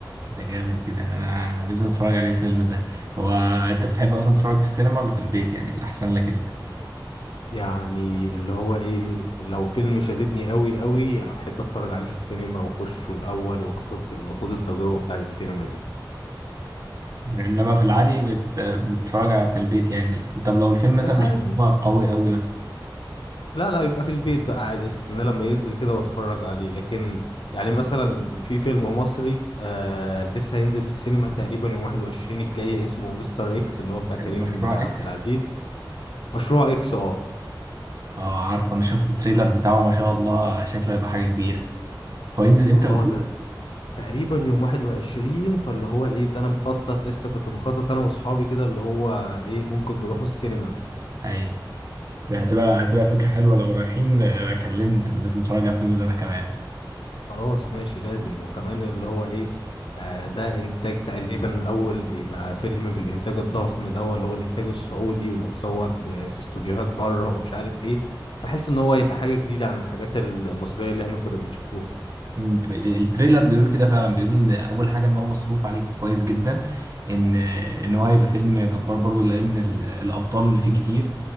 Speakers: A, on the right (about 40°); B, on the left (about 80°).
A: ده جامد كده أنا لازم أتفرج عليه الفيلم ده هو أنت بتحب أصلا تتفرج في السينما ولا في البيت يعني اللي أحسن لك أنت.
B: يعني اللي هو ايه لو فيلم شددني قوي قوي احب اتفرج عليه في السينما واخشه الاول واخد واخد التجربة بتاعت السينما دي
A: يعني انما في العادي بت... بتتفرج في البيت يعني طب لو الفيلم مثلا
B: في العادي
A: مش هو قوي قوي مثلا
B: لا لا يبقى في البيت بقى عادي استنى لما ينزل كده واتفرج عليه لكن يعني مثلا في فيلم مصري آه لسه هينزل في السينما تقريبا يوم 21 الجاي اسمه مستر اكس اللي هو بتاع كريم
A: مشروع
B: عبد
A: اكس
B: العزيز مشروع اكس اه
A: اه عارف انا شفت التريلر بتاعه ما شاء الله شكله هيبقى حاجه كبيره هو ينزل امتى
B: ما اه
A: بتقول
B: ده تقريبا يوم 21 فاللي هو ايه ده انا مخطط لسه كنت بخطط انا واصحابي كده اللي هو ايه ممكن نروحوا السينما
A: ايوه ده هتبقى هتبقى فكره حلوه لو رايحين بقى كلمني لازم اتفرج على الفيلم ده انا كمان
B: خلاص ماشي لازم وكمان اللي هو ايه آه ده انتاج تقريبا اول يبقى فيلم بالانتاج الضخم ده اللي هو الانتاج السعودي ومتصور ب- في استوديوهات بره ومش عارف ايه فحس ان هو يبقى حاجة جديدة عن الحاجات المصرية اللي احنا كنا بنشوفوها
A: مم. التريلر بيقول كده فعلا بيقول ان اول حاجه ان هو مصروف عليه كويس جدا ان ان هو هيبقى فيلم جبار برضو لان ال- الابطال اللي فيه كتير